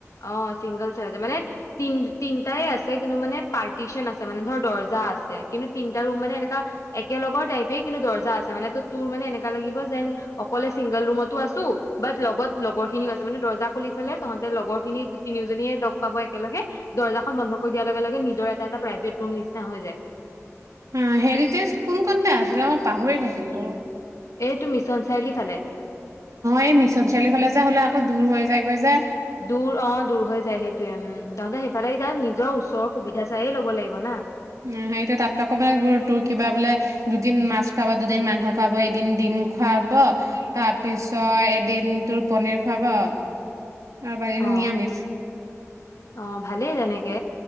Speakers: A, on the left (about 75°); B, on the right (about 85°).
A: অ চিংগল ছহেজাৰ। মানে তিন তিনটাই আছে ছে কিন্তু মানে পাৰ্টিচন আছে মানে ধৰ দৰ্জা আছে। কিন্তু তিনটা ৰুম মানে এনেকা একেলগৰ টাইপে কিন্তু দৰ্জা আছে মানে। ত তোৰ মানে এনেকা লাগিব যেন অকলে ছিংগল ৰুমতো আছোঁ, বাট লগত লগৰ খিনিও আছে মানে দৰ্জা খুলি থলে তাহঁতে লগৰ খিনি তিনিওজনীয়ে লগ পাব একেলগে, দৰ্জাখন বন্ধ কৰি দিয়াৰ লগে লগে নিজৰ এটা এটা প্ৰাইভেট ৰুম নিচিনা হৈ যায়।
B: অ হেৰিতেজ, কোন কতে আছিলে আমাৰ পাহৰি থাকিলোঁ। অ,
A: এইটো মিছন চাৰিআলি ফালে
B: এই মিছন চাৰিআলি ফালে যে হ'লে আকৌ দূৰ হৈ যায়গৈ যে।
A: দূৰ অ, দূৰ হৈ যায় সেইটোয়ে উম, তহঁতে সেইফালে যায় নিজৰ ওচৰৰ সুবিধা চায়েই ল'ব লাগিব না।
B: উ, সেইটো তাত আকৌ মানে তোৰ কিবা বোলে দুদিন মাছ খোৱাব দুদিন মাংস খোৱাব এই দু দিন ডিম খোৱাব, তাৰপিছত এদিন তোৰ পনীৰ খুৱাব। বাকী
A: অ',
B: নিৰামিষ।
A: অ', ভালেই তেনেকে কে